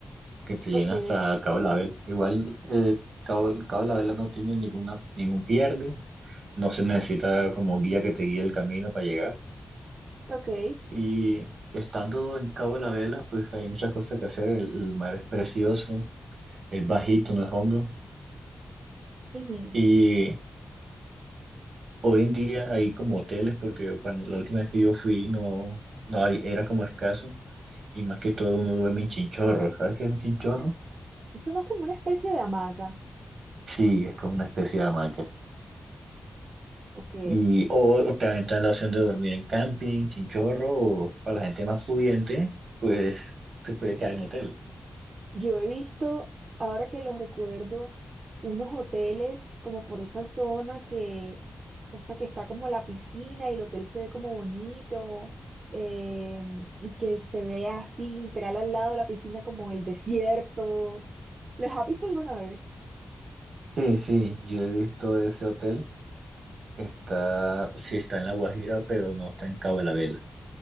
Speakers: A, on the right (about 85°); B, on the right (about 60°).
A: que te
B: Ok,
A: lleguen hasta Cabo de la Vela. Igual, eh, Cabo, Cabo de la Vela no tiene ninguna, ningún pierde. No se necesita como guía que te guíe el camino para llegar.
B: ok.
A: Y estando en Cabo de la Vela, pues hay muchas cosas que hacer. El, el mar es precioso, es bajito, no es hondo.
B: ujú.
A: Y Hoy en día hay como hoteles porque cuando la última vez que yo fui no, no hay- era como escaso y más que todo uno duerme en chinchorro. ¿Sabes qué es un chinchorro?
B: Eso no es como una especie de hamaca.
A: Sí, es como una especie de hamaca.
B: Ok.
A: Y o, o también está la opción de dormir en camping, chinchorro o para la gente más pudiente, pues se puede quedar en hotel.
B: Yo he visto, ahora que los recuerdo, unos hoteles como por esa zona que, o sea, que está como la piscina y el hotel se ve como bonito eh, y que se ve así literal al lado de la piscina como el desierto. ¿Los has visto alguna vez?
A: Sí, sí, yo he visto ese hotel. Está, sí está en La Guajira, pero no está en Cabo de la Vela.